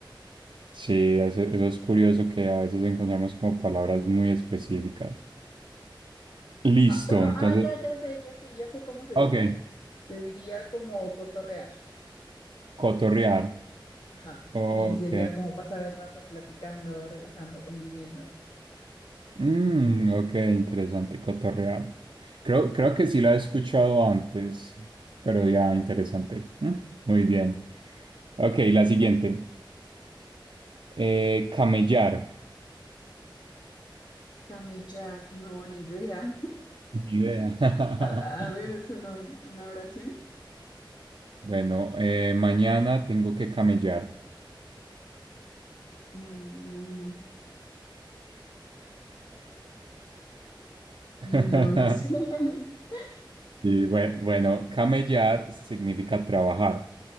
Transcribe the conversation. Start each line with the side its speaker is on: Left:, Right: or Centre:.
Right: Sí, eso, eso es curioso que a veces encontramos como palabras muy específicas. Listo,
Left: Ajá. Bueno,
Right: entonces,
Left: ah, ya, ya sé, ya sé, ya sé cómo se
Right: ok,
Left: diría. Se diría como cotorrear.
Right: cotorrear,
Left: Ajá.
Right: ok,
Left: Sí, sería como pasar el rato platicando, relajando, conviviendo.
Right: mm, ok, interesante, cotorrear. Creo, creo que sí la he escuchado antes, pero ya, interesante. ¿Mm? Muy bien. Ok, la siguiente, Eh, camellar.
Left: Camellar, no, ni idea.
Right: Ni idea.
Left: A, a
Right: <laughs>
Left: ver, úsalo en una oración.
Right: Bueno, eh, mañana tengo que camellar.
Left: Mm, no,
Right: <laughs>
Left: no sé. <laughs>
Right: Y bue- bueno, camellar significa trabajar.